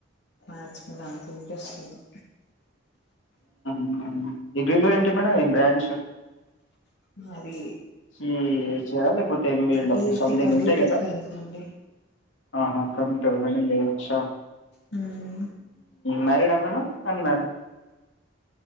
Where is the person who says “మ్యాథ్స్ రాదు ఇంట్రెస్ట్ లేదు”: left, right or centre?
Left